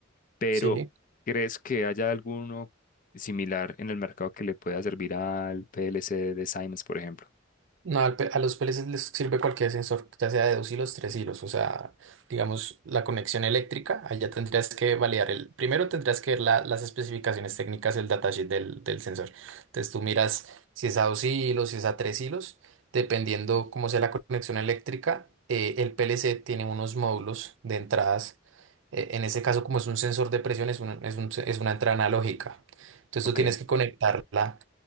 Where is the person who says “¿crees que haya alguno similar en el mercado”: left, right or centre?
Left